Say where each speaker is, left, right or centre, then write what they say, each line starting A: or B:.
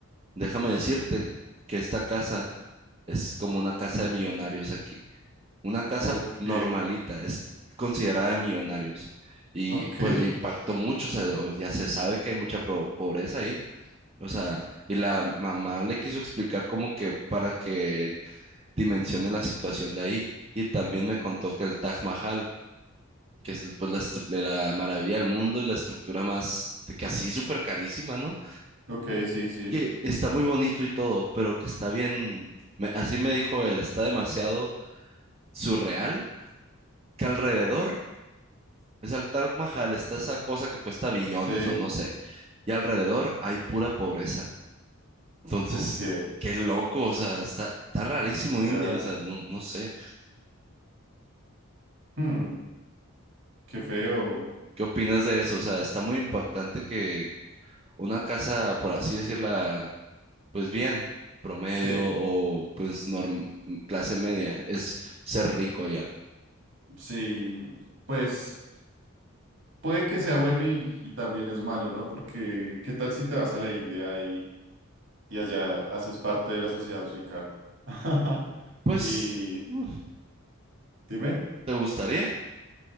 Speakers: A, on the right (about 25°); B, on the right (about 55°).
A: Déjame decirte que esta casa es como una casa de millonarios aquí. Una casa
B: ok,
A: normalita, es considerada de millonarios. Y
B: ok,
A: pues le impactó mucho, o sea, o- ya se sabe que hay mucha pro- pobreza ahí. O sea, y la mamá le quiso explicar como que para que dimensione la situación de ahí. Y también me contó que el Taj Mahal, que es pues la, estru- de la maravilla del mundo y la estructura más, de que así súper carísima, ¿no?
B: ok, sí, sí,
A: Que está muy bonito y todo, pero que está bien, me- así me dijo él, está demasiado surreal que alrededor Es al Taj Mahal, está esa cosa que cuesta billones
B: sí.
A: o no sé. Y alrededor hay pura pobreza. Entonces,
B: Ok.
A: qué loco, o sea, está, está rarísimo
B: O sea,
A: India, o sea, no, no sé.
B: hmm, qué feo.
A: ¿Qué opinas de eso? O sea, está muy impactante que una casa, por así decirla, pues bien, promedio
B: Sí,
A: o pues norm- clase media, es ser rico allá.
B: sí. Pues. Puede que sea bueno y, y también es malo, ¿no? Porque ¿qué tal si te vas a la India y, y allá haces parte de la sociedad rica? <laughs>
A: Pues,
B: Y
A: uf,
B: dime,
A: ¿te gustaría?